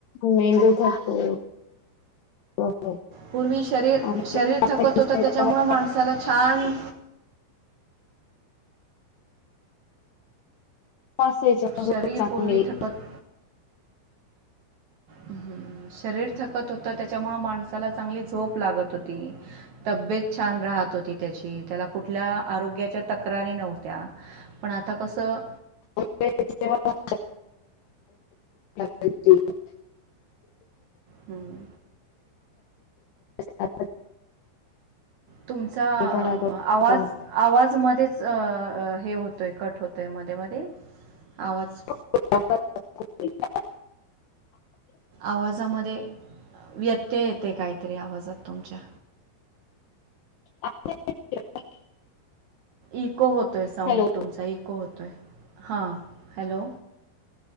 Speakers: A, on the left (about 75°); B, on the right (about 60°).
A: मेंदू थकतो. बरोबर.
B: पूर्वी शरीर
A: आणि
B: शरीर थकत होतं
A: त्याच्यामुळे
B: त्याच्यामुळं माणसाला छान
A: <inaudible>
B: शरीर पूर्वी थकत हं, शरीर थकत होत. त्याच्यामुळ माणसाला चांगली झोप लागत होती. तबेत छान राहत होती. होती त्याची त्याला कुठल्या आरोग्याच्या तक्रारी नव्हत्या पण आता कसं
A: <unintelligible> <unintelligible>
B: हम्!
A: कंटाळवाणी
B: तुमचा
A: पणा करतो
B: आवाज
A: आपण
B: आवाज मध्येच हे होतोय कट होतोय मध्ये, मध्ये आवाज
A: <unintelligible>
B: आवाजामध्ये व्यत्यय येते काहीतरी आवाजात तुमच्या.
A: <unintelligible>
B: इको होतो आहे साऊंड
A: हॅलो
B: तुमचा. इको होतो आहे हां हॅलो.